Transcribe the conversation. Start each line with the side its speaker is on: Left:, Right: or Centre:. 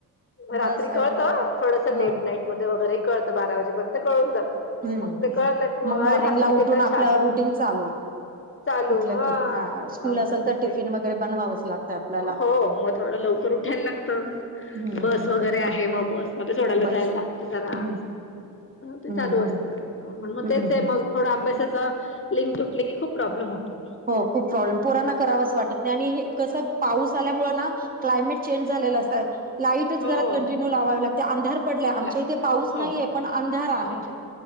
Left: रात्री
Right: बस
Left: कळत
Right: ऑटो
Left: थोडस
Right: हो
Left: लेट नाईट मध्ये वगैरे कळतं बारा वाजे पण कळून जात
Right: हम्म
Left: मग ते
Right: हम्म
Left: कळलं की म
Right: मग मॉर्निंगला
Left: अरे हा सुट्टी
Right: उठून
Left: त्या
Right: आपलं
Left: छान आहे
Right: रुटीन चालू
Left: चालू
Right: उठलं
Left: हा
Right: की हा स्कूल
Left: असं
Right: असेल
Left: मग
Right: तर टिफिन
Left: ते
Right: वगैरे बनवावंच लागतं आपल्याला
Left: हो मग थोडं लवकर कर ठायला लागत
Right: हम्म
Left: बस
Right: हम्म
Left: वगैरे आहे मग बस मध्ये सोडायला
Right: बस
Left: जायला लागत जरा
Right: हम्म
Left: ते
Right: हम्म
Left: चालू
Right: हम्म
Left: असतं मग
Right: हम्म
Left: तेच
Right: हम्म
Left: आहे मग थोडं अभ्यासाच लिं तुटले की खप प्रॉब्म होतो
Right: हो खूप प्रॉब्लेम पोराना करावां वाटत नाही आणि कसं पाऊस आल्यामुळेळं ना क्लायमेट चेंज झालेला
Left: हम्म.
Right: अस आहे लाईटच
Left: हो
Right: घरात कंटिन्यू लावावे लागते अंधार पडल्या
Left: ला
Right: आमच्या इथे पाऊस
Left: हो
Right: नाहीये पण अंधार आहे
Left: अच्छा